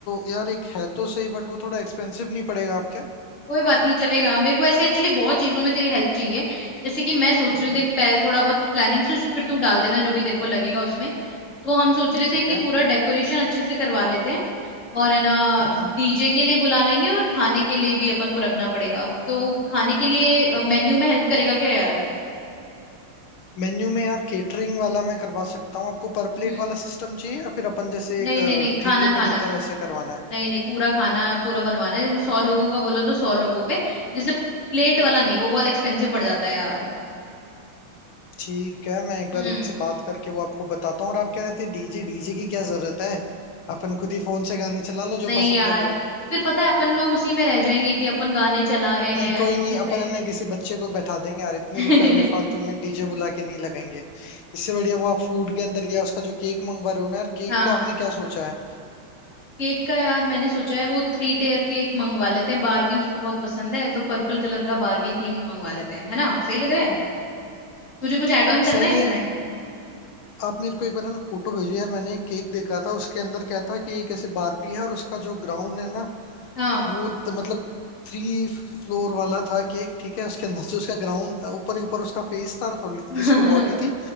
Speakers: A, on the left; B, on the left.
A: यार एक है तो सही बट वो थोड़ा एक्सपेंसिव नहीं पड़ेगा आपके
B: कोई बात नहीं चलेगा मेरे को ऐसे एक्चुअली बहुत चीजों में तेरी हेल्प चाहिए जैसे कि मैं सोच
A: हाँ
B: रही हूँ
A: हाँ
B: देख पह- थोड़ा बहुत प्लानिंग सोच फिर तू डाल देना जो भी तेरे को लगेगा उसमें तो हम सोच रहे
A: ठीक
B: थे कि
A: है
B: पूरा डेकोरेशन अच्छे से करवा लेते हैं और है ना
A: हाँ
B: डीजे के लिए बुला लेंगे और खाने के लिए भी अपन को रखना पड़ेगा तो खाने के लिए मेन्यू में हेल्प करेगा क्या यार
A: मेन्यू में यार केटरिंग वाला मैं करवा सकता हूँ आपको पर प्लेट
B: हम्म
A: वाला सिस्टम चाहिए या फिर अपन जैसे
B: नहीं
A: एक अ,
B: नहीं नहीं खाना
A: ठेके पे
B: खाना
A: देते हैं वैसे करवाना है
B: नहीं नहीं पूरा खाना पूरा बनवाना है जैसे सौ लोगों का बोलो तो सौ लोगों पे जैसे प्लेट वाला नहीं वो बहुत एक्सपेंसिव पड़ जाता है यार
A: ठीक है मैं एक
B: हम्म
A: बार एक से बात करके वो आपको बताता हूँ और आप कह रहे थे डीजे डीजे की क्या जरूरत है अपन खुद ही फोन से गाने चला लो
B: नहीं
A: जो पसंद
B: यार
A: हो वो
B: फिर पता है अपन लोग उसी में रह जाएंगे कि अपन गाने चला रहे
A: नहीं
B: हैं
A: कोई
B: अच्छे
A: नहीं
B: से
A: अपन है ना किसी बच्चे को बैठा देंगे यार इतने
B: <laughs>
A: रुपए बेफालतू में डीजे बुला के नहीं लगाएंगे इससे बढ़िया वो आप फूड के अंदर या उसका जो केक मंगवा रहे हो ना यार केक
B: हाँ
A: का आपने क्या सोचा है
B: केक का यार मैंने सोचा है वो थ्री टेयर केक मंगवा लेते हैं बारबी उसको बहुत पसंद है तो पर्पल कलर का बारबी थीम मंगवा लेते हैं है ना सही लग रहा है तुझे कुछ ऐड ऑन करना
A: सही
B: है इसमें
A: है आप मेरे को एक बार है ना फोटो भेजो यार मैंने एक केक देखा था उसके अंदर क्या था कि एक ऐसे बारबी है और उसका जो ग्राउंड है ना
B: हाँ
A: वो त- मतलब थ्री फ्लोर वाला था केक ठीक है उसके अंदर से उसका ग्राउंड ऊपर ही ऊपर उसका फेस था और थोड़ी सी
B: <laughs>
A: उसकी बॉडी थी